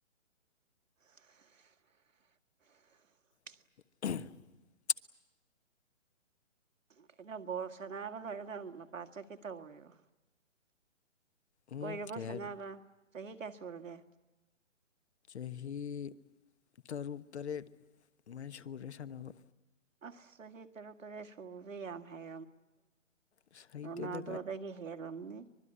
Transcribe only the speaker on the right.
<inaudible>
ꯀꯩꯅꯣ ꯕꯣꯔꯣꯛ ꯁꯅꯥꯕ ꯂꯣꯏꯔꯒ ꯃꯄꯥꯟ ꯆꯠꯀꯤ ꯇꯧꯔꯤꯔꯣ
ꯑꯣꯏꯣꯏꯔꯕꯣ
ꯁꯅꯥꯒ
ꯆꯍꯤ ꯀꯌꯥ ꯁꯨꯔꯒꯦ
ꯑ ꯍꯇꯔꯛꯇꯔ ꯁꯨꯕ ꯌꯥ ꯍꯥꯏ
ꯔꯣꯅꯥꯜꯗꯣꯗꯒꯤ ꯍꯦꯜꯂꯝꯂꯝꯅꯤ